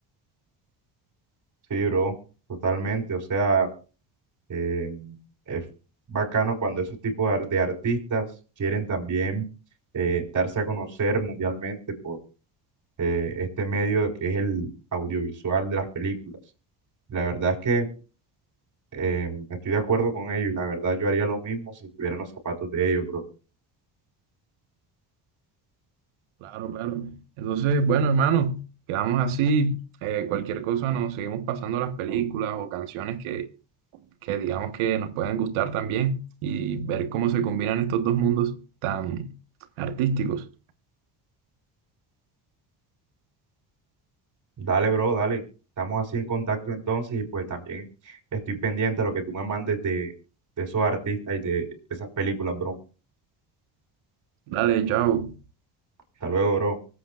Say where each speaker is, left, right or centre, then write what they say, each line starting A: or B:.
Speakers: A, on the right; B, on the right.
A: Sí, bro, totalmente. O sea... Eh, es bacano cuando esos tipos de, ar- de artistas quieren también eh, darse a conocer mundialmente por eh, este medio que es el audiovisual de las películas. La verdad es que eh, estoy de acuerdo con ellos y la verdad yo haría lo mismo si estuviera en los zapatos de ellos, bro.
B: Claro, claro. Entonces, bueno, hermano, quedamos así. Eh, cualquier cosa nos seguimos pasando las películas o canciones que, que digamos que nos puedan gustar también y ver cómo se combinan estos dos mundos tan artísticos.
A: Dale, bro, dale. Estamos así en contacto entonces y pues también estoy pendiente de lo que tú me mandes de, de esos artistas y de esas películas, bro.
B: Dale, chao.
A: Hasta luego, bro.